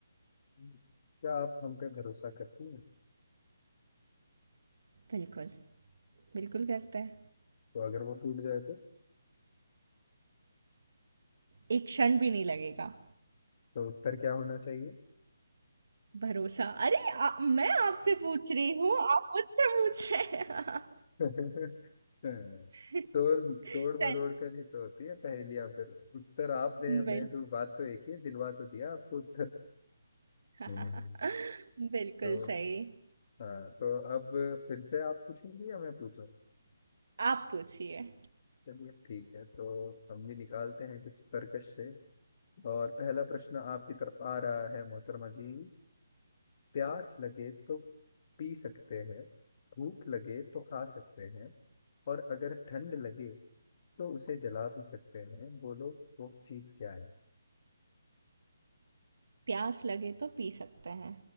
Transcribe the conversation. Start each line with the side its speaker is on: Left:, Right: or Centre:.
Left: क्या आप हम पे भरोसा करती हैं
Right: बिल्कुल बिल्कुल करते हैं
Left: तो अगर वो टूट जाए तो
Right: एक क्षण भी नहीं लगेगा
Left: तो उत्तर क्या होना चाहिए
Right: भरोसा अरे आ, मैं आपसे पूछ रही हूँ आप मुझसे पूछ रहे हैं
Left: <laughs> हाँ,
Right: <laughs>
Left: तोड़ तोड़
Right: चल
Left: मरोड़ कर ही तो होती है पहेलियां फिर उत्तर आप दें हमें
Right: बिल
Left: तो बात तो एक ही है दिलवा तो दिया आपको उत्तर
Right: <laughs>
Left: हम्म।
Right: बिल्कुल
Left: तो
Right: सही
Left: हाँ तो अब फिर से आप पूछेंगे या मैं पूछूं
Right: आप पूछिए
Left: चलिए ठीक है तो हम भी निकालते हैं कुछ तर्कश से और पहला प्रश्न आपकी तरफ आ रहा है मोहतरमा जी प्यास लगे तो पी सकते हैं भूख लगे तो खा सकते हैं और अगर ठंड लगे तो उसे जला भी सकते हैं बोलो वो चीज क्या
Right: प्यास लगे तो पी सकते हैं